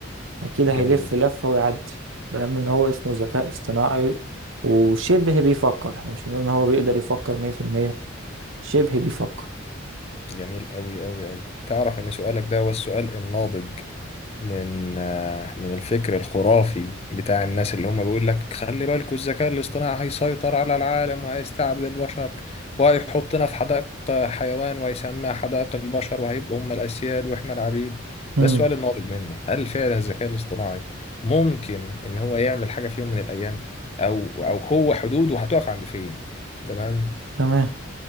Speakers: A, on the right; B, on the left.
A: أكيد
B: جميل
A: هيلف
B: جدا
A: لفة ويعدي بلام إن هو اسمه ذكاء اصطناعي وشبه بيفكر احنا مش هنقول إن هو بيقدر يفكر مية في المية شبه بيفكر
B: جميل أوي أوي أوي تعرف إن سؤالك ده هو السؤال الناضج من آه، من الفكر الخرافي بتاع الناس اللي هم بيقول لك خلي بالكوا الذكاء الاصطناعي هيسيطر على العالم وهيستعبد البشر وهيحطنا في حدائق آه، حيوان وهيسميها حدائق البشر وهيبقوا هم الأسياد وإحنا العبيد
A: امم
B: ده السؤال الناضج منه هل فعلا الذكاء الاصطناعي ممكن إن هو يعمل حاجة في يوم من الأيام أو أو هو حدوده هتقف عند فين تمام
A: تمام